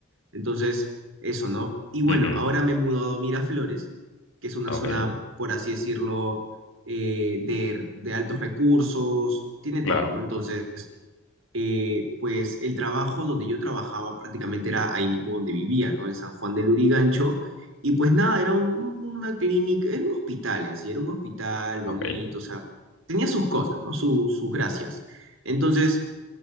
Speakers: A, on the right; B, on the left.
A: Entonces, eso, ¿no? Y bueno,
B: Ujú,
A: ahora me he mudado a Miraflores, que es una
B: Ok,
A: zona, por así decirlo, eh, de, de altos recursos, tiene
B: claro.
A: todo, ¿no? Entonces, eh, pues el trabajo donde yo trabajaba prácticamente era ahí mismo donde vivía, ¿no? En San Juan del Lurigancho. Y pues nada, era un- una clínica, era un hospital en sí, era un hospital bonito,
B: Ok,
A: o sea, tenía sus cosas, ¿no? Su- sus gracias. Entonces,